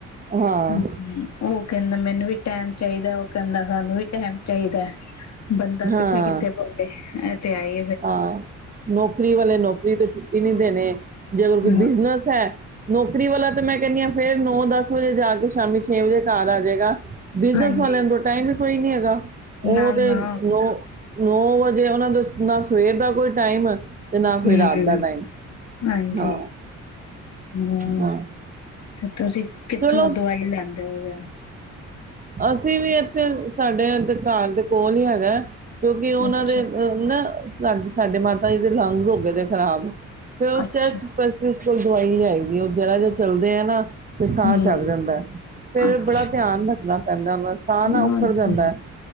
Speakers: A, on the right; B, on the left.
A: ਹਾਂ
B: ਹਮ ਉਹ ਕਹਿੰਦਾ ਮੈਨੂੰ ਵੀ ਟੈਮ ਚਾਹੀਦਾ ਉਹ ਕਹਿੰਦਾ ਸਾਨੂੰ ਵੀ ਟਮ ਚਾਹੀਦਾ ਹੈ ਬੰਦਾ
A: ਹਾਂ
B: ਕਿੱਥੇ ਕਿੱਥੇ ਪਵੇ ਤੇ ਆਏ
A: ਹਾਂ ਨੌਕਰੀ ਵਾਲੇ ਨੌਕਰੀ ਤੇੁ ਤਨਦੇੇ ਨੇ ਜੇ
B: ਫਿਰ
A: ਅਗਰ ਕੋਈ
B: ਹ
A: ਬਿਜਨਸ ਹੈ ਨੌਕਰੀ ਵਾਲਾ ਤਾਂ ਮੈਂ ਕਹਿੰਦੀ ਹਾਂ ਫੇਿਰ ਨੌ ਦਸ ਵਜੇ ਜਾ ਕੇ ਸ਼ਾਮੀ ਛੇ ਵਜੇ ਕਾਰਰ ਆ ਜਾੇਗਾ ਬਿਜਨਸ
B: ਹਾਂਜੀ
A: ਵਾਲਿਆਂ ਤੋਂ ਟਾਈਮ ਕੋਈ ਨੀ ਹੈਗਾ ਉਹ
B: ਨਾ ਨਾ
A: ਤੇ ਨੌ ਨੌ ਵਜੇ ਉਹਨਾਂ ਦੇ ਨ ਸੁਏਬ ਕੋਈ ਟਾਈਮ ਆ ਤੇ ਨਾ
B: ਹਮ
A: ਕੋਈ ਰਾਤ ਦਾ ਟਾਈਮ
B: ਹਾਂਜੀ
A: ਹਾਂ
B: ਹਮ
A: ਹਾਂ
B: ਤੇ ਤੁਸੀਂ ਕਿੱਥੋਂ
A: ਚਲੋ
B: ਦਵਾਈ ਲੈਂਦੇ ਹੋਗੇ
A: ਅਸੀਂ ਵੀ ਇੱਥੇ ਸਾਡੇ ਅਧਿਕਾਰ ਦੇ ਕੋਲ ਹੀ ਹੈਗਾ ਕਿਉਂਕਿ ਉਹਨਾਂ
B: ਅੱਛਾ
A: ਦੇ ਅ ਨਾ ਸਾਡ ਸਾਡੇ ਮਾਤਾ ਜੀ ਦੇ ਲੰਗਸ ਹੋ ਗਏ ਨੇ ਖਰਾਬ ਫ
B: ਅੱਛਾ
A: ਚਰਚ ਪਸ ਬਿਲ ਕੋਲ ਦਵਾਈ ਆਏਗੀ ਉਹ ਜਰਾ ਜਿ ਚੱਲਦੇ ਆ ਨਾ ਤੇ ਸਾਹ
B: ਹਮ
A: ਚੜ ਜਾਂਦਾ ਫੇਿਰ
B: ਅੱਛਾ
A: ਬੜਾ ਧਿਆਨ ਰੱਖਦਾ ਕਹਿੰਦਾ ਹੁੰਦਾ ਸਾਹ ਨਾ
B: ਉਹ
A: ਉਖੜ ਜਾਂਦਾ
B: ਤੇ